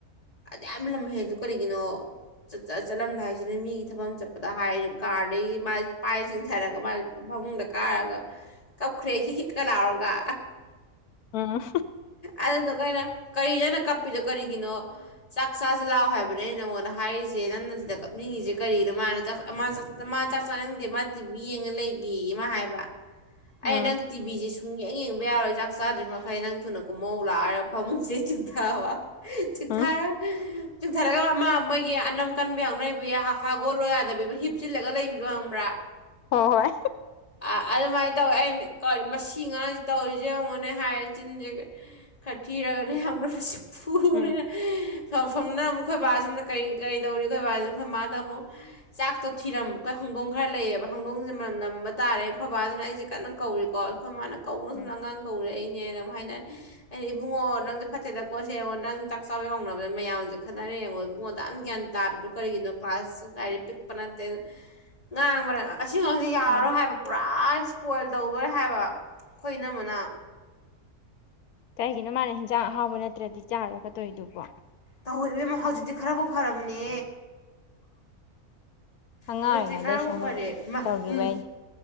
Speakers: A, on the left; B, on the left.
A: ꯑꯗꯌꯥꯝ ꯂꯝꯍꯦꯜꯂꯤꯗꯣ ꯀꯔꯤꯒꯤꯅꯣ ꯆꯠꯆ ꯆꯠꯂꯝꯗꯥꯏꯁꯤꯗ ꯃꯤꯒꯤ ꯊꯕꯛ ꯑꯝ ꯆꯠꯄꯗ ꯍꯥꯏꯔꯨ ꯀꯥꯔꯗꯒꯤ ꯃꯥꯥꯏ ꯄꯥꯏ ꯆꯤꯡꯊꯔꯒ ꯃꯥ ꯐꯃꯨꯡꯗ ꯀꯥꯔꯒ ꯀꯞꯈ꯭ꯔꯦ ꯍꯤꯛ ꯍꯤꯛꯀ ꯂꯥꯎꯔꯒ
B: ꯎꯝ
A: ꯑꯗꯨꯗꯨꯒ ꯑꯩꯅ ꯀꯩꯅꯣ ꯅꯪꯅ ꯀꯞꯄꯤꯗꯣ ꯀꯔꯤꯒꯤꯅꯣ ꯆꯥꯛ ꯆꯥꯁꯦ ꯂꯥꯎ ꯍꯥꯏꯕꯅꯦ ꯑꯩꯅ ꯅꯉꯣꯟꯗ ꯍꯥꯏꯔꯤꯖ‌ꯦ ꯅꯪꯅ ꯁꯤꯗ ꯀꯞꯅꯤꯡꯉꯤꯁꯦ ꯀꯔꯤꯒꯤꯅꯣ ꯃꯥꯅ ꯆꯥ ꯃꯥ ꯆ ꯃꯥ ꯆꯥꯛ ꯆꯥꯅꯤꯡꯗꯦ ꯃꯥ ꯇꯤꯚꯤ ꯌꯦꯡꯉ ꯂꯩꯒꯦꯌꯦ ꯃꯥ ꯍꯥꯏꯕ
B: ꯎꯝ
A: ꯑꯩꯅ ꯅꯪ ꯇꯤꯕꯤꯖꯦ ꯁꯨꯡꯌꯦꯡ ꯌꯦꯡꯕ ꯌꯥꯔꯣꯏ ꯆꯥꯛ ꯆꯥꯗ꯭ꯔꯤ ꯃꯈꯩ ꯅꯪ ꯊꯨꯅ ꯀꯨꯝꯍꯧ ꯂꯥꯎ ꯍꯥꯏꯔꯒ ꯐꯃꯨꯡꯁꯤꯗꯩ ꯆꯤꯡꯊꯕ
B: ꯎꯝ
A: ꯊꯥꯔ <unintelligible> ꯆꯤꯡꯊꯔꯒ ꯑꯃ ꯃꯣꯏꯒꯤ ꯑꯅꯝ ꯀꯟꯕꯩ ꯍꯧꯅꯕꯤ ꯍ ꯍꯥꯎꯒꯣꯠꯂꯣ ꯌꯥꯗꯕꯤ ꯑꯃ ꯍꯞꯆꯤꯜꯂꯒ ꯂꯩꯕꯤꯗꯣ ꯈꯪꯕ꯭ꯔꯥ
B: ꯍꯣ ꯍꯣꯏ
A: ꯑꯥ ꯑꯗꯨꯃꯥꯏꯅ ꯇꯧꯋꯦ ꯑꯩꯅ ꯀꯣ ꯃꯁꯤ ꯉꯥꯡꯖꯤ ꯇꯧꯔꯤꯖꯦ ꯌꯦꯡꯉꯣꯅꯦ ꯍꯥꯏꯔꯦ ꯆꯤꯟꯖꯤꯒ ꯈꯔ ꯊꯤꯔꯒꯅꯦ ꯈꯪꯕ꯭ꯔ ꯃꯁꯤ ꯐꯨꯕꯅꯦ
B: ꯎꯝ
A: ꯑꯩꯅ ꯁꯣꯝ ꯁꯣꯝꯅ ꯑꯃꯨꯛ ꯑꯩꯈꯣꯏ ꯕꯥꯖꯤꯅ ꯀꯩ ꯀꯔꯤ ꯇꯧꯔꯤ ꯑꯩꯈꯣꯏ ꯕꯥꯖꯤ ꯑꯩꯈꯣꯏ ꯃꯥꯗ ꯑꯃꯨꯛ ꯆꯥꯛꯇꯣ ꯊꯤꯔꯝꯕ ꯈ ꯍꯪꯗꯣꯡ ꯈꯔ ꯂꯩꯌꯦꯕ ꯍꯪꯗꯣꯡꯁꯦ ꯃꯅꯝ ꯅꯝꯕ ꯇꯥꯔꯦ ꯈꯣꯏ ꯕꯥꯖꯤꯅ ꯑꯩꯖꯦ ꯀꯟꯅ ꯀꯧꯔꯤ ꯀꯣ ꯈꯣꯏ ꯃꯥꯅ ꯀꯧꯅ
B: ꯎꯝ
A: ꯁꯨꯝꯗ ꯑꯉꯥꯡ ꯀꯧꯔꯛꯏꯅꯦꯅ ꯃꯨꯛ ꯍꯥꯏꯅ ꯑꯩꯅ ꯏꯕꯨꯡꯉꯣ ꯅꯪꯖ‌ꯦ ꯐꯠꯇꯦꯗꯀꯣꯁꯦ ꯌꯦꯡꯉꯣ ꯅꯪ ꯆꯥꯛ ꯆꯥꯕꯩ ꯀꯧꯅꯕꯗ ꯃꯌꯥꯝꯁꯦ ꯈꯠꯅꯔꯦ ꯌꯦꯡꯉꯣ ꯏꯕꯨꯡꯉꯣ ꯑꯗ꯭ꯌꯥꯝ ꯒ꯭ꯌꯥꯟ ꯇꯥꯗ꯭ꯔꯤꯗꯣ ꯀꯔꯤꯒꯤꯅꯣ ꯀ꯭ꯂꯥꯁ ꯇꯨꯒ ꯍꯥꯏꯔ ꯄꯤꯛꯄ ꯅꯠꯇꯦ ꯉꯥꯡꯕꯅ‌ꯦ ꯑꯁꯤꯉꯥꯡ ꯁꯤ ꯌꯥꯔꯔꯣꯏ
B: ꯎꯝ
A: ꯍꯥꯏꯕ ꯄꯨꯔꯥ ꯁ꯭ꯄꯣꯏꯜ ꯇꯧꯗꯣꯔꯦ ꯍꯥꯏꯕ ꯑꯩꯈꯣꯏ ꯏꯅꯝꯃꯅ
B: ꯀꯩꯒꯤꯅꯣ ꯃꯥꯅ ꯍꯤꯟꯖꯥꯡ ꯑꯍꯥꯎꯕ ꯅꯠꯇ꯭ꯔꯗꯤ ꯆꯥꯔ‌ꯣꯏꯀ ꯇꯧꯏꯗꯨꯕꯨ
A: ꯇꯧꯋ‌ꯦ ꯏꯕꯦꯝꯃ ꯍꯧꯖꯤꯛꯇꯤ ꯈꯔꯕꯨ ꯐꯔꯕꯅꯦ
B: ꯑꯉꯥꯡ
A: ꯍꯧꯖꯤꯛꯇꯤ
B: ꯑꯣꯏꯔꯤꯉꯩꯗꯩ
A: ꯈꯔꯕꯨ
B: ꯁꯨꯝ
A: ꯐꯔꯦ ꯏꯃꯥ
B: ꯇꯧꯈꯤꯕꯩꯅꯦ
A: ꯎꯝ